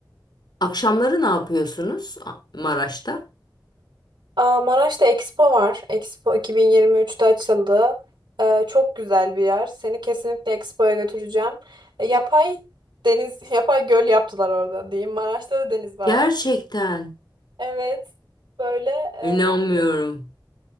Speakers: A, on the left; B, on the right.
A: Akşamları ne yapıyorsunuz A- Maraş'ta?
B: Aa, Maraş'ta Expo var. Expo 2023'te açıldı. Ee, çok güzel bir yer. Seni kesinlikle Expo'ya götüreceğim. E, yapay deniz, <laughs> yapay göl yaptılar orada diyeyim. Maraş'ta da deniz var.
A: Gerçekten
B: Evet. Böyle e,
A: inanmıyorum.
B: yap-